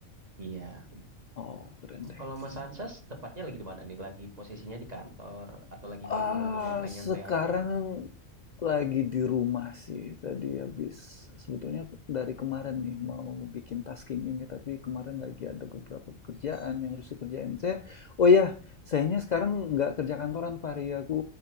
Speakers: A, on the right; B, on the left.
A: Iya.
B: Oh, keren deh,
A: Kalau
B: keren
A: Mas
B: deh.
A: Ansas tepatnya lagi di mana nih? Lagi posisinya di kantor atau lagi di
B: Ah,
A: rumah nih nyantai-nyantai
B: sekarang
A: aja?
B: lagi di rumah sih. Tadi habis sebetulnya dari kemarin nih mau bikin tasking ini, tapi kemarin lagi ada beberapa pekerjaan yang harus dikerjain. Saya, oh ya, sayangnya sekarang nggak kerja kantoran, Fahri. Aku